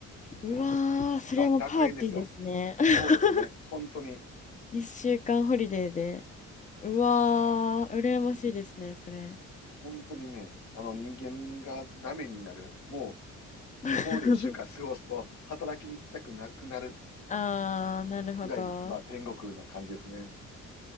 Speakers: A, on the left; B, on the left.
A: うわー、それはもうパーティーですね。
B: う、楽、楽園ですよ。
A: <laughs>
B: そうですね。本当に。
A: 一週間ホリデーで。うわー、羨ましいですね、
B: うん。
A: それ。
B: 本当にね、あの人間がダメになる、もう
A: <laughs>
B: そこで一週間過ごすと、働きに行きたくなくなる
A: あー、なるほど。
B: くらい、まあ、天国な感じですね。